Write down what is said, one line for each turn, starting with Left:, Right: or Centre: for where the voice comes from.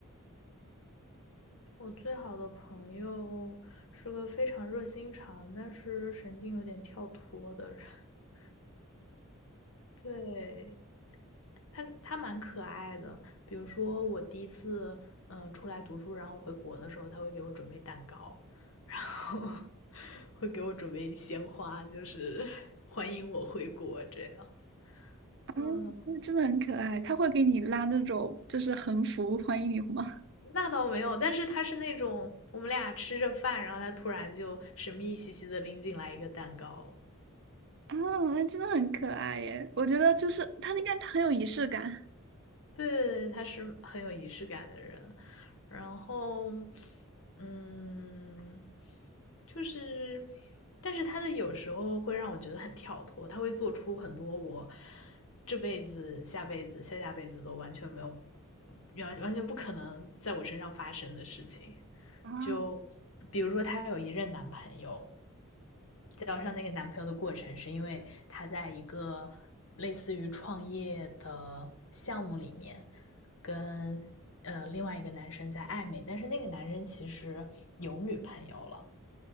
Left: 我最好的朋友是个非常热心肠，但是神经有点跳脱的人。<laughs> 对，他他蛮可爱的，比如说我第一次嗯、呃出来读书，然后回国的时候，他会给我准备蛋糕，<laughs> 然后会给我准备鲜花，就是 <laughs> 欢迎我回国这样。
Right: 啊，
Left: 嗯，
Right: 那真的很可爱，他会给你拉那种就是横幅欢迎你吗？
Left: 那倒没有，但是他是那种我们俩吃着饭，然后他突然就神秘兮兮的拎进来一个蛋糕。
Right: 啊，那真的很可爱耶！我觉得就是他那个很有仪式感
Left: 对对对，他是很有仪式感的人。然后，嗯，就是，但是他的有时候会让我觉得很跳脱，他会做出很多我这辈子、下辈子、下下辈子都完全没有、完完全不可能在我身上发生的事情。
Right: 啊
Left: 就比如说，她有一任男朋友，交上那个男朋友的过程，是因为她在一个类似于创业的项目里面，跟呃另外一个男生在暧昧，但是那个男生其实有女朋友了，